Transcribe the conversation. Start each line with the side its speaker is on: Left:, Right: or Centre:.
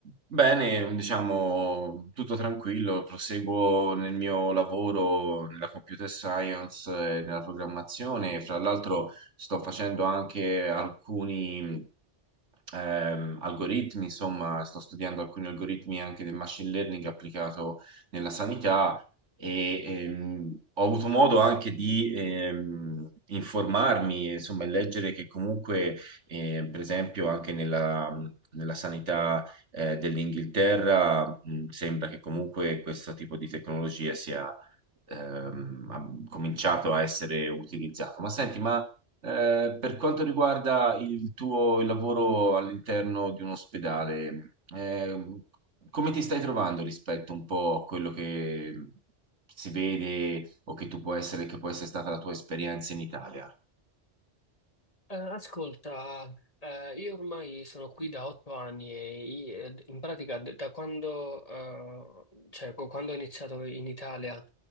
Right: bene, diciamo, tutto tranquillo, proseguo nel mio lavoro nella computer science e nella programmazione, fra l'altro sto facendo anche alcuni ehm, algoritmi, insomma, sto studiando alcuni algoritmi anche del machine learning applicato nella sanità e ehm, ho avuto modo anche di ehm, informarmi, insomma, e leggere che comunque, eh, per esempio, anche nella, nella sanità eh, dell'Inghilterra, mh, sembra che comunque questo tipo di tecnologia sia... ehm, ha cominciato a essere utilizzato. Ma senti, ma eh, per quanto riguarda il tuo lavoro all'interno di un ospedale, ehm, come ti stai trovando rispetto un po' a quello che si vede o che tu può essere, che può essere stata la tua esperienza in Italia?
Left: Eh, Ascolta, eh, io ormai sono qui da otto anni e i- ed- in pratica d- da quando, eh, cioè, co- quando ho iniziato in Italia,